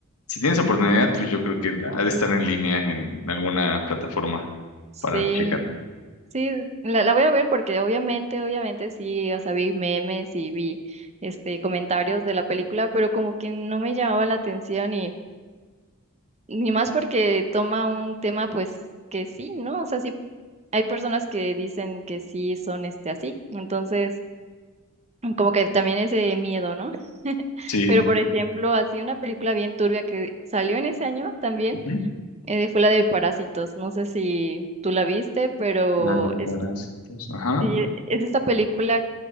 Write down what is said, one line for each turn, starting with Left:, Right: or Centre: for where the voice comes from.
Left: Si tienes oportunidad, pues yo creo que la, ha de estar en línea en alguna plataforma
Right: sí,
Left: para checarla.
Right: Sí, la, la voy a ver porque obviamente, obviamente sí, o sea, vi memes y vi este comentarios de la película, pero como que no me llamaba la atención y ni más porque toma un tema pues que sí, ¿no? O sea, sí hay personas que dicen que sí son este así. Entonces, como que también ese miedo, ¿no? <laughs>
Left: Sí.
Right: Pero por ejemplo, así una película bien turbia que salió en ese año también,
Left: Ujú.
Right: eh, fue la de Parásitos. No sé si tú la viste, pero
Left: La de
Right: es
Left: parásitos. Ajá.
Right: Sí, es esta película